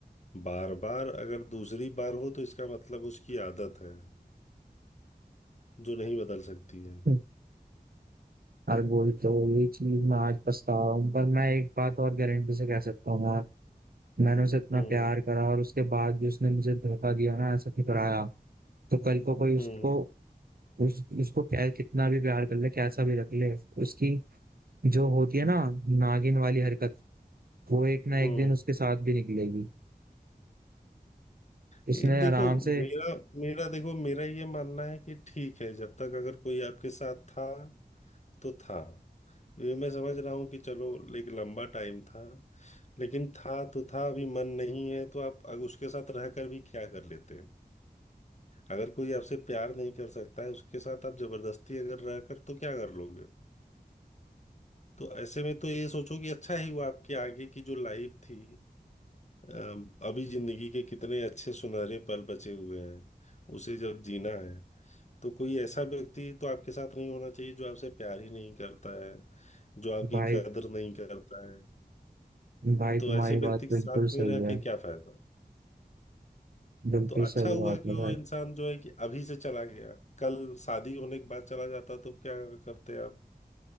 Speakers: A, on the left; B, on the right.
A: बार बार अगर दूसरी बार हो तो इसका मतलब उसकी आदत है जो नहीं बदल सकती है
B: है यार वही तो यही चीज मैं आज पछता रहा हूँ पर मैं एक बात और गारंटी से कह सकता हूँ यार मैंने उसे इतना
A: हम्म
B: प्यार करा और उसके बाद भी उसने मुझे धोखा दिया ना ऐसा ठुकराया तो कल को कोई उसको
A: हम्म
B: उस उसको क्या कितना भी प्यार कर ले कैसा भी रख ले उसकी जो होती है ना नागिन वाली हरकत वो एक ना
A: हम्म
B: एक दिन उसके साथ भी निकलेगी
A: ये
B: इसने आराम
A: देखो
B: से
A: मेरा मेरा देखो मेरा ये मानना है कि ठीक है जब तक अगर कोई आपके साथ था तो था ये मैं समझ रहा हूँ कि चलो एक लंबा टाइम था लेकिन था तो था अभी मन नहीं है तो आप अगर उसके साथ रहकर भी क्या कर लेते हैं अगर कोई आपसे प्यार नहीं कर सकता है उसके साथ आप जबरदस्ती अगर रहकर तो क्या कर लोगे तो ऐसे में तो ये सोचो कि अच्छा ही हुआ आपके आगे की जो लाइफ थी अम, अभी जिंदगी के कितने अच्छे सुनहरे पल बचे हुए हैं उसे जब जीना है तो कोई ऐसा व्यक्ति तो आपके साथ नहीं होना चाहिए जो आपसे प्यार ही नहीं करता है जो आपकी
B: भाई
A: कदर नहीं करता है
B: भाई तुम्हारी
A: तो ऐसे व्यक्ति
B: बात
A: के
B: बिल्कुल
A: साथ में
B: सही
A: रह
B: है
A: के क्या फायदा
B: बिल्कुल
A: तो अच्छा
B: सही
A: हुआ
B: बात
A: कि
B: है
A: वो
B: भाई
A: इंसान जो है कि अभी से चला गया कल शादी होने के बाद चला जाता तो क्या करते आप